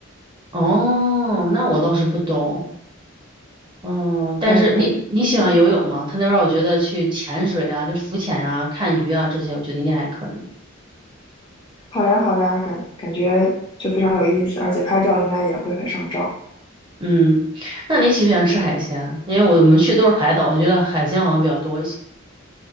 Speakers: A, on the right; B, on the left.
A: 哦，那我倒是不懂。嗯，
B: 可以，
A: 但是你你喜欢游泳吗？
B: 可以，
A: 他那边我觉得去潜水啊，就浮潜啊、看鱼啊这些，我觉得应该还可以。
B: 好呀，好呀，感感觉就非常有意思，而且拍照应该也会很上照。
A: 嗯，那你喜不喜欢吃海鲜？因为我们去都是海岛，我觉得海鲜好像比较多一些。